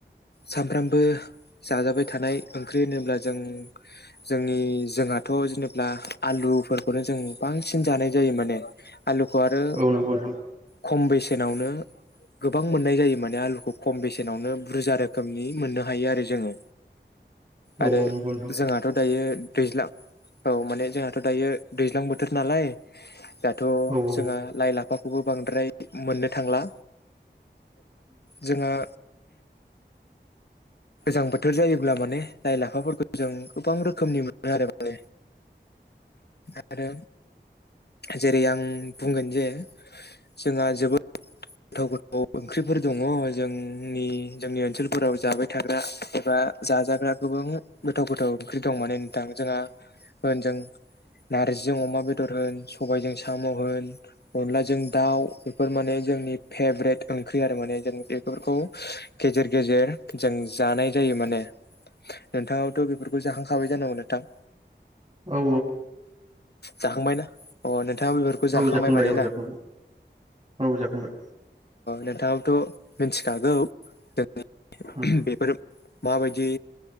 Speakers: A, on the left (about 60°); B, on the right (about 30°).
A: सामफ्रामबो जाजाबाय थानाय ओंख्रि होनोब्ला जों जोंनि जोंहाद थ' जेनेाब्ला आलुफोरखौनो जों बांसिन जानाय जायो माने आलुखौ आरो
B: उम औ नंगौ नोंथां
A: खम बेसेनावनो गोबां मोननाय जायो माने आलु खम बेसेनावनो बुरजा रोखोमनि मोननो हायो आरो जोङो
B: औ
A: आरो
B: औ नंगौ नोंथां
A: जोंहाथ' दायो दैज्लां औ माने जोंहाथ' दायो दैज्लां बोथोर नालाय दाथ'
B: औ उम औ उम औ
A: जोंहा लाइ लाफाखौबो बांद्राय मोननो थांला जोंहा गोजां बोथोर जायोब्ला माने लाइ लाफाफोरखौ जों गोबां रोखोमनि मोनो आरो माने
B: <inaudible>
A: आरो जेरै आं बुंगोन जे जोंहा जोबोद गोथाव गोथाव ओंख्रिफोर दङ जोंनि जोंनि ओनसोलफोराव जाबाय थाग्रा एबा जाजाग्रा गोबां गोथाव गोथाव ओंख्रि दं माने नोंथां जोंहा होनजों नार्जिजों अमा बेदर होन सबायजों साम' होन अनलाजों दाउ बेफोर माने जोंनि फेभ्रेट ओंख्रि आरो माने जों बेफोरखौ गेजेर गेजेर जों जानाय जायो माने
B: <inaudible>
A: नोंथांङाबोथ' बेफोरखौ जाखांखाबाय जानांगौ नोंथां
B: औ
A: जाखांबाय ना अ नोंथाङा बेफोरखौ
B: औ
A: जाखांबाय माने
B: औ
A: ना
B: जाखांबाय औ जाखांबाय
A: नोंथाङाबथ' मिथिखागौ जों
B: उम
A: बेफोर माबायदि